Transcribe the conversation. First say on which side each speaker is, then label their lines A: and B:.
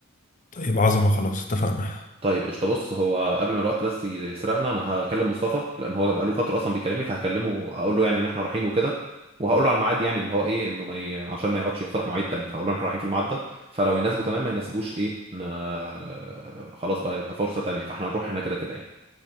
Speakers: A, on the left (about 40°); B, on the right (about 30°).
A: طيب عظمه خلاص اتفقنا
B: طيب قشطة بص هو قبل ما الوقت بس يسرقنا انا هكلم مصطفى لان هو بقاله فترة اصلا بيكلمني فهكلمه اقول له يعني ان احنا رايحين وكده وهقول له على الميعاد يعني اللي هو ايه انه ما ي... عشان ما يقعدش يقترح مواعيد تاني فهقول له إن احنا رايحين في الميعاد ده فلو يناسبه تمام ما يناسبوش ايه ن... خلاص بقى يبقى فرصة تانية فاحنا هنروح هنا كده كده يعني